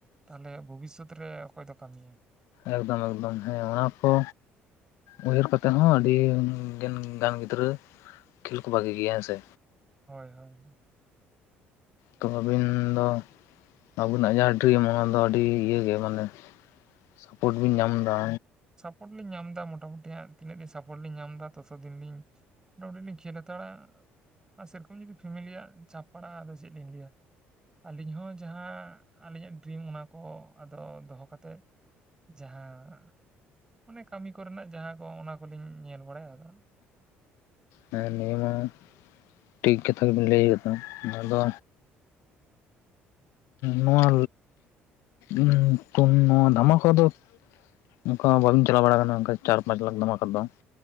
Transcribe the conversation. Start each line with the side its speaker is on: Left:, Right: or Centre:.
Right: ᱛᱟᱦᱚᱞᱮ ᱵᱷᱚᱵᱤᱥᱚᱛ ᱨᱮ ᱚᱠᱚᱭ ᱫᱚ ᱠᱟᱹᱢᱤᱭᱟ᱾
Left: ᱮᱠᱫᱚᱢ ᱮᱠᱫᱚᱢ ᱦᱮᱸ ᱚᱱᱟ ᱠᱚ ᱩᱭᱦᱟᱹᱨ ᱠᱟᱛᱮᱫ ᱦᱚᱸ ᱟᱹᱰᱤ ᱜᱟᱱ ᱜᱤᱫᱽᱨᱟᱹ ᱠᱷᱮᱞ ᱠᱚ ᱵᱷᱟᱹᱜᱤ ᱜᱮᱭᱟ, ᱦᱮᱸ ᱥᱮ?
Right: ᱦᱳᱭ ᱦᱳᱭ᱾
Left: ᱛᱚ ᱟᱵᱤᱱ ᱫᱚ ᱟᱹᱵᱤᱱᱟᱜ ᱡᱟᱦᱟᱸ ᱰᱨᱤᱢ ᱚᱱᱟ ᱫᱚ ᱟᱹᱰᱤ ᱤᱭᱟᱹ ᱜᱮ ᱢᱟᱱᱮ ᱥᱟᱯᱳᱨᱴ ᱵᱤᱱ ᱧᱟᱢ ᱮᱫᱟ᱾
Right: ᱯᱳᱴ ᱞᱤᱧ ᱧᱟᱢ ᱮᱫᱟ ᱢᱚᱴᱟᱢᱩᱴᱤ ᱦᱟᱸᱜ ᱛᱤᱱᱟᱹᱜ ᱫᱤᱱ ᱥᱟᱯᱚᱴ ᱞᱤᱧ ᱧᱟᱢ ᱮᱫᱟ ᱛᱟᱛᱚ ᱫᱤᱱ ᱞᱤᱧ ᱢᱟᱴᱟᱢᱩᱴᱤ ᱞᱤᱧ ᱠᱷᱮᱞ ᱦᱟᱛᱟᱲᱟ ᱟᱨ ᱥᱮᱨᱚᱠᱚᱢ ᱡᱩᱫᱤ ᱯᱷᱮᱢᱮᱞᱤᱭᱟᱜ ᱪᱷᱟᱯ ᱯᱟᱲᱟᱜ-ᱟ ᱟᱫᱚ ᱪᱮᱫ ᱞᱤᱧ ᱞᱟᱹᱭᱟ᱾ ᱟᱹᱞᱤᱧ ᱦᱚᱸ ᱡᱟᱦᱟᱸ ᱟᱹᱞᱤᱧᱟᱜ ᱰᱨᱤᱢ ᱚᱱᱟ ᱠᱚ ᱟᱫᱚ ᱫᱚᱦᱚ ᱠᱟᱛᱮᱫ ᱡᱟᱦᱟᱸ ᱚᱱᱮ ᱠᱟᱹᱢᱤ ᱠᱚᱨᱮᱱᱟᱜ ᱡᱟᱦᱟᱸ ᱠᱚ ᱚᱱᱟ ᱠᱚᱞᱤᱧ ᱧᱮᱞ ᱵᱟᱲᱟᱭᱟ ᱟᱫᱚ
Left: ᱦᱮᱸ ᱱᱤᱭᱟᱹ ᱢᱟ ᱴᱷᱤᱠ ᱠᱟᱛᱷᱟ ᱜᱮᱵᱤᱱ ᱞᱟᱹᱭ ᱟᱠᱟᱫᱟ ᱱᱚᱣᱟ ᱫᱚ ᱱᱚᱣᱟ ᱩᱸ ᱴᱩᱱ ᱱᱚᱣᱟ ᱫᱷᱟᱢᱟᱠᱟ ᱫᱚ ᱚᱱᱠᱟ ᱢᱟ ᱵᱟᱵᱤᱱ ᱪᱟᱞᱟᱣ ᱵᱟᱲᱟ ᱠᱟᱱᱟ ᱚᱱᱠᱟ ᱪᱟᱨ-ᱯᱟᱸᱪ ᱞᱟᱠᱷ ᱫᱟᱢᱟᱠᱟ ᱫᱚ᱾